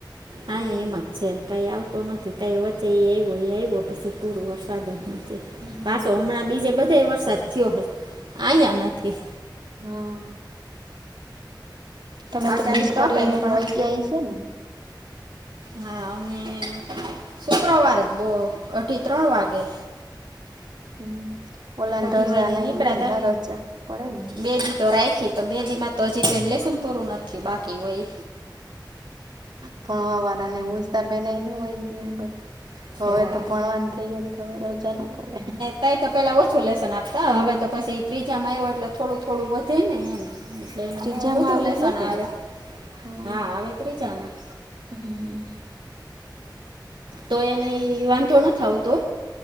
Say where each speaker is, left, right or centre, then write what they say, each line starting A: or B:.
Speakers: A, on the right; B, on the right.
A: હા
B: હમ
A: એમજ. છે કાંઈ આવતો નથી તઈ વચે એ આવ્યો એ આવ્યો પછી પૂરું વરસાદ જ નથી.
B: હમ
A: પાછો હમણાં બીજે બધા વરસાદ થયો હે આયા નથી.
B: હમ તમે
A: આગાહી
B: તો બીસ કરીને
A: આપે છે પણ
B: હોઈ ગય છે ને.
A: હા અમે શુક્રવારે જ બહુ અઢી ત્રણ વાગે.
B: હમ ઓલાને
A: અઢી
B: રજા
A: વાગે
B: ન
A: નીકળ્યા
B: હોય ને
A: હતા
B: ત રજા પડે ને
A: બે દી તો રાયખી તો બેદીમાં તો હજી તો ને લેશન પૂરું નથી થિયું બાકી હોય.
B: ભણવા વાળાને ઉસ્તા બેના ન હોય ગયા બ હવે
A: અ,
B: તો ભણવાન થઈએે તો હવે રજા ના પડે.
A: ન‌ઇ તો પેલા ઓછુ લેશન આપતા હવે તો પછી ત્રીજા માં આવું એટલે થોડું થોડું વધે ને એમ. એટલે એ
B: ત્રીજામાં
A: બ‌ઉ વધુ
B: આવી
A: લેશન
B: ગયો કે
A: આવે
B: હમ
A: હા આવે ત્રીજા માં.
B: હમ.
A: તો એને ઇ વાંધો ન આવતો